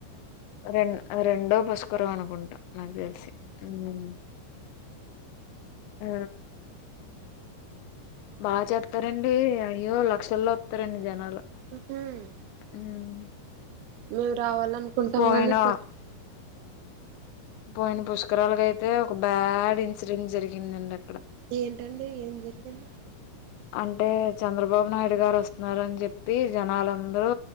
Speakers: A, on the left; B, on the right.
A: రెం రెండో పుష్కరం అనుకుంటాం నాకు తెలిసి హ్మ్ ఆ బాగా చెప్తారండి అయ్యో లక్షల్లో వస్తారండి జనాలు
B: ఉ హ్మ్
A: ఉమ్.
B: మేము రావాలనుకుంటాం
A: పోయిన
B: గాని కొ <inaudible>
A: పోయిన పుష్కరాలకు అయితే ఒక బ్యాడ్ ఇన్సిడెంట్ జరిగిందండి అక్
B: ఏంటండి ఏం జరిగింది
A: అంటే చంద్రబాబు నాయుడు గారు వస్తున్నార్ అన్ చెప్పి జనాలందరూ